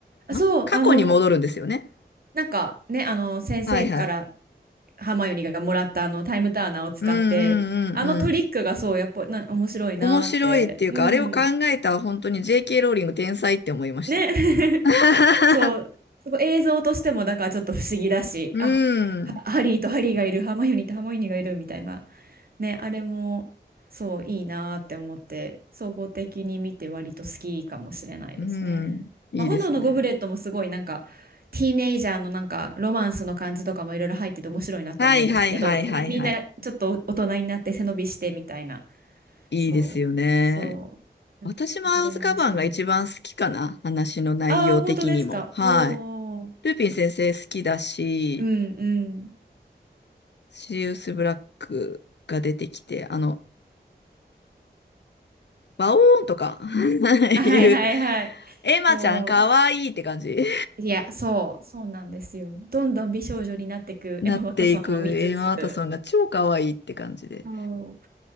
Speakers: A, on the right; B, on the left.
A: あ、
B: ん過去に戻るんですよね。
A: そう、あの、なんかね、あの、先生から
B: はいはい。
A: ハーマイオニーがもらったあのタイムターナーを使って、
B: うんうんうんうん。
A: あのトリックがそう、やっぱりな面白いなーって。
B: 面白いっていうか、
A: うん。
B: あれを考えた本当に JK ローリング天才って思いました。
A: ね。<laughs>
B: <laughs>
A: そう、すごい映像としてもだからちょっと不思議だし、
B: うん。
A: あ、ハハリーとハリーがいる、ハーマイオニーとハーマイオニーがいるみたいな、ね、あれもそういいなーって思って、総合的に見て割と好きかもしれないですね。
B: うん。いいですね。
A: まあ、炎のゴブレットもすごいなんか、ティーネイジャーのなんかロマンスの感じとかもいろいろ入ってて面白いなと思うんですけど、
B: はいはいはいはいはい。
A: ね、みんなちょっと大人になって背伸びしてみたいな。
B: いいですよね。
A: そう、そう。
B: 私もアズカバンが一番好きかな。
A: あれで面白いな。
B: 話の内容的にも。
A: ああ、本当ですか。
B: はい。
A: おお。
B: ルピン先生好きだし、
A: うんうん。
B: シリウス・ブラックが出てきて、あの、バオーンとか <laughs>
A: あ、
B: いう、
A: はいはいはい。
B: エマちゃんかわいいって感じ
A: そ
B: <laughs>
A: う。いや、そう、そうなんですよ。どんどん美少女になってく
B: なっていくエマ・
A: <laughs> エマ・ワトソンを見つつ、
B: ワトソンが超かわいいって感じで
A: そう、